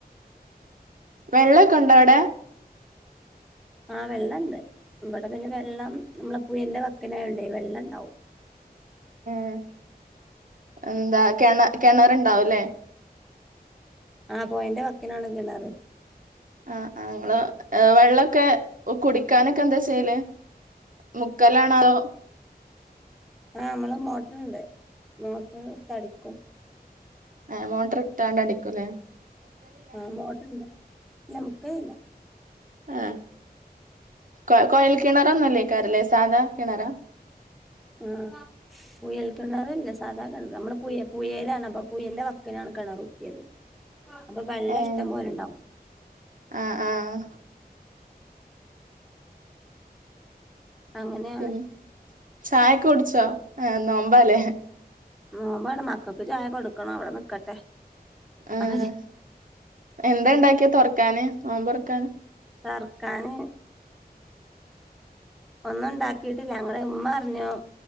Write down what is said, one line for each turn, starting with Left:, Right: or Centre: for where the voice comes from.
Right: വെള്ളൊക്കെണ്ടോ അവ്ടെ?
Centre: ആഹ് വെള്ളംണ്ട് ഇവിടെ പിന്നെ വെള്ളം നമ്മളെ പുഴന്റെ വക്കിനായോണ്ട് വെള്ളം ണ്ടാവും
Right: ഉം എന്താ കെണെ കെണറ്ണ്ടാവുംല്ലേ?
Centre: ആഹ് പൊയന്റെ വക്കിനാണ് കിണറ്
Right: ആഹ് ആ് ഇങ്ങള് വെള്ളൊക്കെ കുടിക്കാനൊക്കെ എന്താ ചെയ്യല്? മുക്കലാണോ അതോ?
Centre: ആ അമ്മള് മോട്ടറ്ണ്ട് മോട്ടർ ഇട്ത്ത് അടിക്കും
Right: എഹ് മോട്ടർ ഇട്ടാണ്ട് അടിക്കുംല്ലേ?
Centre: ആ മോട്ടറ് ഇണ്ട് ഇല്ല മുക്കേല്ല
Right: ആഹ് കൊയ കൊയൽ കിണറൊന്നും അല്ലേക്കാരല്ലേ സാദാ കിണറാ?
Centre: ആഹ് കുയൽ കിണാറല്ല സാധാ കിണറാ നമ്മള് പുയേലാണ് അപ്പൊ പുഴന്റെ വക്കിനാണ് കിണർ കുത്തിയത്
Right: <inaudible>
Centre: അപ്പം വെള്ളം
Right: ഏഹ്
Centre: ഇഷ്ടം പോലെ ഇണ്ടാവും
Right: ആഹ് ആഹാ
Centre: അങ്ങനെയാണ്
Right: പിന്നെ ചായൊക്കെ കുടിച്ചോ? ആ നോമ്പാലേ?
Centre: നോമ്പാണ്‌ മക്കക്ക് ചായ കൊടുകണം അവിടെ നിക്കട്ടെ
Right: ആഹ്
Centre: അവര്
Right: എന്താ ഇണ്ടാക്കിയെ തൊറക്കാന് നോമ്പ് തുറക്കാന്?
Centre: തൊർക്കാന് ഒന്നും ഇണ്ടാക്കിയിട്ടില്ല ഞങ്ങൾ ഇമ്മ പറഞ്ഞു